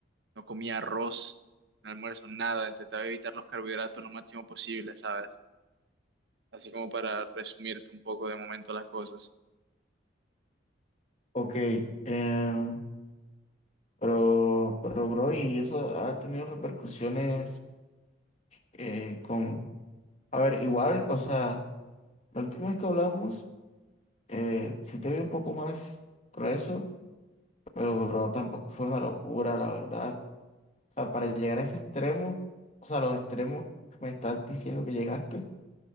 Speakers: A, on the right; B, on the left.
A: no comía arroz, no almuerzo, nada, intentaba evitar los carbohidratos lo máximo posible, ¿sabes? Así como para resumirte un poco de momento las cosas.
B: Ok, em, pero, pero, bro, ¿y eso ha tenido repercusiones eh, con... A ver, igual, o sea, la última vez que hablamos, eh, sí te vi un poco más grueso, pero, bro, tampoco fue una locura, la verdad. O sea, para llegar a ese extremo, o sea, los extremos que me estás diciendo que llegaste,